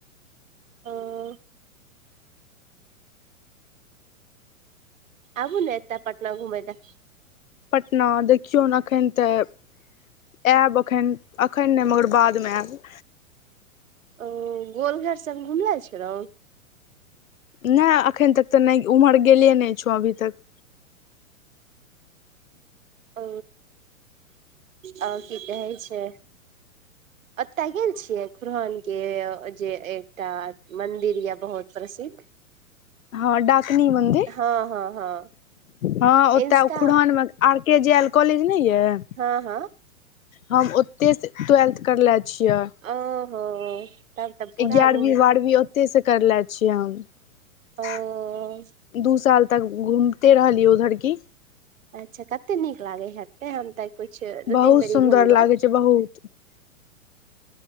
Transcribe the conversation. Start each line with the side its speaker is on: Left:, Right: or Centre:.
Right: ओ। आबू ने एतऽ पटना घुमै ला।
Left: पटना देखियौ ने एखन तऽ। आयब एखन, - एखन नै मगर बादमें आयब।
Right: ओ गोलघर सब घुमले छेलौं।
Left: नैय अखन तक तऽ नै उम्हर गेले नै छौं अभी तक।
Right: ओ, और की कहै छै। ओत गेल छियै खुरहान के जे एकटा मंदिर यऽ बहुत प्रसिद्ध।
Left: हँ डाकनी मन्दिर
Right: हँ हँ हँ
Left: हँ, ओतऽ
Right: इंस्टा
Left: खुड़हान में। आर के जे एल कॉलेज नै यऽ।
Right: हँ- हँ।
Left: हम ओतय सँ ट्वेल्थ करले छिये।
Right: ओहो तब तऽ पूरा
Left: इग्यारहवीं
Right: घुम
Left: बारहवीं ओतऽ। ओतय सऽ करले छियै हम।
Right: ओ
Left: दू साल तब घुमिते रहलियै उधर की।
Right: अच्छा कते नीक लागै हे, एते हम तऽ कुछ दू
Left: बहुत
Right: तीन बेरी
Left: सुन्दर
Right: घुमलहुं।
Left: लागे छै बहुत।